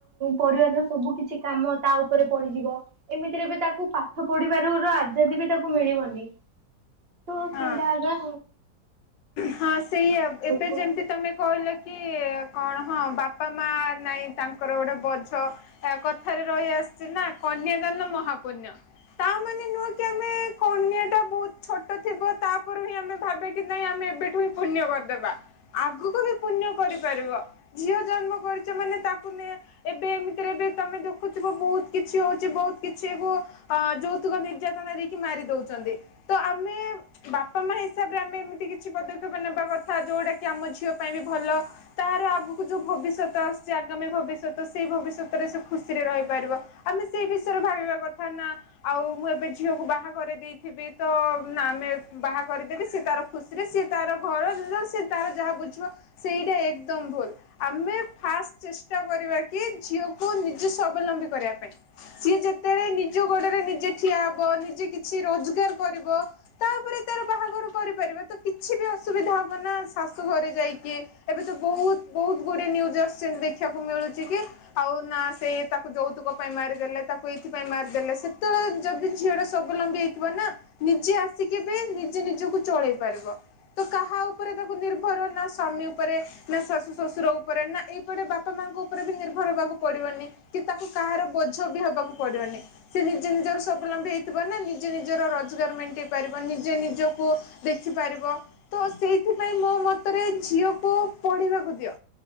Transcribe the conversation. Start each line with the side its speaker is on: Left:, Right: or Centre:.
Right: ପରିବାରର ସବୁ କିଛି କାମ ତା ଉପରେ ପଡିଯିବ। ଏମିତିରେ ବି ତାକୁ ପାଠ ପଢିବାରୁ ର ଆଜାଦି ବି ତାକୁ ମିଳିବନି। ହ
Left: ହଁ।
Right: ସେଇଟା ଆଗ
Left: ହଁ ସେଇଆ ଏବେ
Right: ବଡ
Left: ଯେମିତି ତମେ କହିଲେ କି କଣ ହଁ ବାପା ମା ନାଇଁ ତାଙ୍କର ଗୋଟେ ବୋଝ ଆ କଥାରେ ରହିଆସିଛି ନା କନ୍ୟାଦାନ ମହାପୁଣ୍ୟ। ତା ମାନେ ନୁହଁ କି ଆମେ କନ୍ୟା ଟା ବହୁତ ଛୋଟ ଥିବ ତାପରୁ ହିଁ ଆମେ ଭାବିବାକି ନାଇଁ ଆମେ ଏବେ କୁହିଁ ପୁଣ୍ୟ କରିଦେବା। ଆଗକୁ ବି ପୁଣ୍ୟ କରିପାରିବ। ଝିଅ ଜନ୍ମ କରିଛ ମାନେ ତାକୁ ନେଇ ଏବେ ଏମିତିରେ ବି ତମେ ଦେଖୁଥିବ ବହୁତ କିଛି ହୋଉଛି ବହୁତ କିଛି ବୁ ଅ ଯୌତୁକ ନିର୍ଯାତନା ଦେଇକି ମାରି ଦୋଉଛନ୍ତି। ତ ଆମେ ବାପା ମା ହିସାବରେ ଆମେ ଏମିତି କିଛି ପଦକ୍ଷପ ଉ ନେବା କଥା ଯେଉଁଟାକି ଆମ ଝିଅ ପାଇଁ ବି ଭଲ ତାର ଆଗକୁ ଯୋଉ ଭବିଷ୍ୟତ ଆସୁଛି ଆଗାମୀ ଭବିଷ୍ୟତ ସେଇ ଭବିଷ୍ୟତରେ ସେ ଖୁସିରେ ରହିପାରିବ। ଆମେ ସେଇ ବିଷୟରେ ଭାବିବା କଥା ନା ଆଉ ମୁଁ ଏବେ ଝିଅକୁ ବାହା କରିଦେଇଥିବି ତ ନା ଆମେ ବାହା କରିଦେବି ସେ ତାର ଖୁସିରେ ସିଏ ତାର ଘର ସେ ତାର ଯାହା ବୁଝିବ ସେଇଟା ଏକଦମ ଭୁଲ। ଆମେ ଫାଷ୍ଟ ଚେଷ୍ଟା କରିବାକି ଝିଅକୁ ନିଜେ ସ୍ୱାବଲମ୍ବୀ କରିବା ପାଇଁ। ସିଏ ଯେତେବେଳେ ନିଜ ଗୋଡରେ ନିଜେ ଠିଆ ହବ ନିଜେ କିଛି ରୋଜଗାର କରିବ ତାପରେ ତାର ବାହାଘର କରିପାରିବା ତ କିଛି ବି ଅସୁବିଧା ହବ ନା ଶାଶୁ ଘରେ ଯାଇକି ଏବେ ତ ବହୁତ ବହୁତ ଗୁଡିଏ ନିଉଜ ଆସୁଛି ଏମିତି ଦେଖିବାକୁ ମିଳୁଛି କି ଆଉ ନା ସେଇ ତାକୁ ଯୌତୁକ ପାଇଁ ମାରିଦେଲେ ତାକୁ ଏଇଥି ପାଇଁଁ ମାରିଦେଲେ ସେତେବେଳେ ଯଦି ଝିଅଟ ସବଲମ୍ବୀ ହେଇଥିବ ନା ନିଜେ ଆସିକି ବି ନିଜେ ନିଜକୁ ଚଳେଇ ପାରିବ ତ କାହା ଉପରେ ତାକୁ ନିର୍ଭର ନା ସ୍ୱାମୀ ଉପରେ ନା ଶାଶୁ ଶ୍ୱଶୁର ଉପରେ ନା ଏଇପଟେ ବାପା ମାଙ୍କ ଉପରେ ବି ନିର୍ଭର ହବାକୁ ପଡିବନି କି ତାକୁ କାହାର ବୋଝ ବି ହବାକୁ ପଡିବନି। ସେ ନିଜେ ନିଜର ସ୍ୱାବଲମ୍ବୀ ହେଇଥିବ ନା ନିଜେ ନିଜର ରୋଜଗାର ମେଣ୍ଟେଇ ପାରିବ ନିଜେ ନିଜକୁ ଦେଖିପାରିବ ତ ସେଇଥିପାଇଁ ମୋ ମତରେ ଝିଅକୁ ପଢିବାକୁ ଦିଅ